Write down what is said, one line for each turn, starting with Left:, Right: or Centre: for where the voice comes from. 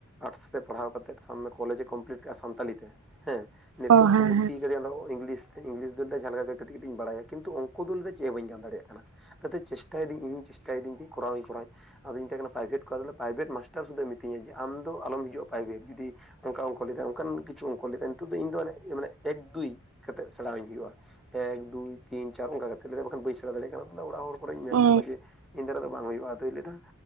Centre: ᱟᱨᱴᱥ ᱛᱮ ᱯᱟᱲᱦᱟᱣ ᱠᱟᱛᱮ ᱠᱚᱞᱮᱡᱽ ᱮ ᱠᱚᱢᱯᱤᱞᱤᱴ ᱠᱟᱜᱼᱟ ᱥᱟᱱᱛᱟᱞᱤ ᱛᱮ ᱾ ᱦᱮᱸ ᱱᱤᱛᱚᱜ
Right: ᱚ ᱦᱮᱸ
Centre: ᱠᱚ ᱵᱷᱚᱨᱛᱤ
Right: ᱦᱮᱸ
Centre: ᱟᱠᱟᱫᱮᱭᱟ ᱤᱝᱞᱤᱥ ᱤᱝᱞᱤᱥ ᱫᱩ ᱞᱟᱹᱭ ᱫᱟ ᱡᱟᱦᱟᱸ ᱞᱮᱠᱟ ᱠᱟᱹᱛᱤᱡ ᱠᱟᱹᱴᱤᱡᱧ ᱵᱟᱲᱟᱭᱟ ᱠᱤᱱᱛᱩ ᱚᱝᱠᱚ ᱫᱚ ᱞᱟᱹᱭ ᱮᱫ-ᱟᱭ ᱪᱮᱫ ᱦᱚᱸ ᱵᱟᱹᱧ ᱜᱟᱱ ᱫᱟᱲᱭᱟᱜ ᱠᱟᱱᱟ ᱾ ᱡᱟᱛᱮ ᱪᱮᱥᱴᱟᱭᱮᱫᱟᱹᱧ ᱤᱧ ᱪᱮᱥᱴᱟᱭ ᱫᱟᱹᱧ ᱠᱚᱨᱟᱣ ᱤᱧ ᱠᱚᱨᱟᱣ ᱤᱧ ᱟᱫᱚᱧ ᱢᱮᱛᱟᱭ ᱠᱟᱱᱟ ᱯᱨᱟᱭᱵᱷᱮᱴ ᱠᱚ ᱛᱟᱦᱚᱞᱮ ᱯᱨᱟᱭᱵᱷᱮᱴ ᱡᱟᱥᱴᱟᱨ ᱥᱩᱫᱩ ᱢᱤᱛᱟᱹᱧᱟ ᱡᱮ ᱟᱢ ᱫᱚ ᱟᱚᱢ ᱦᱤᱡᱼᱟ ᱯᱨᱟᱭᱵᱷᱮᱴ ᱡᱩᱫᱤ ᱾ ᱚᱱᱠᱟ ᱚᱝᱠᱚ ᱞᱮᱭᱫᱟ ᱚᱱᱠᱟᱱ ᱠᱤᱪᱷᱩ ᱚᱝᱠᱚ ᱞᱮᱫᱟ ᱱᱤᱛᱚᱜ ᱫᱚ ᱤᱧ ᱢᱟᱱᱮ ᱮᱠ ᱫᱩᱭ ᱠᱟᱛᱮᱫ ᱥᱮᱬᱟᱣ ᱤᱧ ᱦᱩᱭᱩᱜᱼᱟ᱾ ᱮᱠ ᱫᱩᱭ ᱛᱤᱱ ᱪᱟᱨ ᱚᱱᱠᱟ ᱠᱟᱛᱮᱫ ᱵᱟᱠᱷᱟᱱ ᱵᱟᱹᱧ ᱥᱮᱬᱟ ᱫᱟᱲᱮᱭᱟᱜ ᱠᱟᱱᱟ ᱛᱚ ᱚᱲᱟᱜ ᱦᱚᱲ ᱛᱟᱨ ᱯᱚᱨᱮᱧ ᱢᱮᱱ
Right: ᱚ
Centre: ᱠᱟᱫ ᱠᱚᱣᱟ ᱡᱮ ᱤᱧ ᱫᱟᱨᱟᱭ ᱫᱚ ᱵᱟᱝ ᱦᱩᱭᱩᱜᱼᱟ ᱟᱫᱚᱭ ᱞᱮᱭᱫᱟ